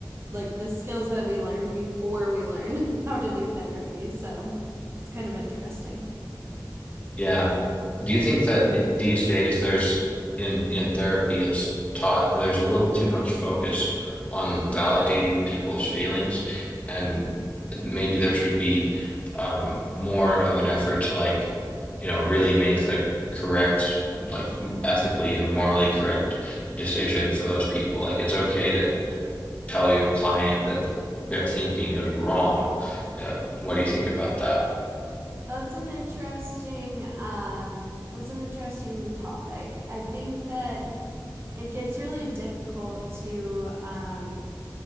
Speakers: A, on the right; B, on the left.
A: like the skills that we learn before we learn <laughs> how to do therapy. So it's kind of interesting.
B: Yeah. Do you think that th these days there's in in therapy it's taught there's a little too much focus on validating people's feelings and maybe there should be um more of an effort to like you know really make the correct like ethically and morally correct decision for those people. Like it's okay to tell your client that their thinking is wrong. Uh, what do you think about that?
A: That's an interesting um that's an interesting topic. I think that it gets really difficult to um